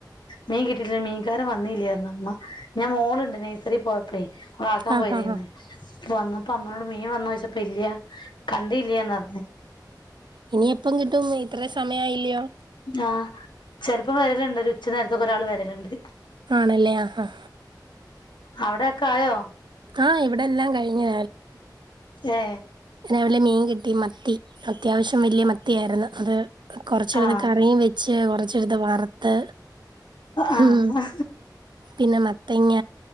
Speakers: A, on the left (about 90°); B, on the right (about 80°).
A: മീൻ കിട്ടീട്ടില്ല മീൻകാരൻ വന്നില്ലായിരുന്നു അമ്മ ഞാൻ മോളുണ്ട് നഴ്സറി പോയപ്പോഴേ അവളാക്കാൻ
B: ആഹ്
A: പോയതേന്ന്
B: ആഹ് ആഹ്
A: വന്നപ്പോ അമ്മയോട് മീ ൻ വന്നോന്ന് ചോയ്ച്ചപ്പ ഇല്ല്യാ കണ്ടീല്ല്യാന്ന് പറഞ്ഞ്
B: ഇനി എപ്പം കിട്ടും ഇത്ര സമയായില്ലയോ
A: ആഹ് ചിലപ്പോ വരലുണ്ട് ഒരു ഉച്ച നേര ത്തൊക്കെ ഒരാൾ വരുല്ണ്ട്
B: ആണല്ലേ ആ ആ
A: അവിടെക്കെ ആയോ
B: ആഹ് ഇവിടെ എല്ലാം കഴിഞ്ഞു
A: ഏ
B: രാവിലെ ലെ മീൻ കിട്ടി മത്തി അത്യാവശ്യം വലിയ മത്തിയായിരുന്നു അത് കൊറച്ചെടുത്ത്
A: ആഹ്
B: കറിയും വെച്ച് കൊറച്ച് ച്ചെടുത്ത് വറ്ത്ത്
A: ആഹ്
B: ഉം പിന്നെ മത്തങ്ങ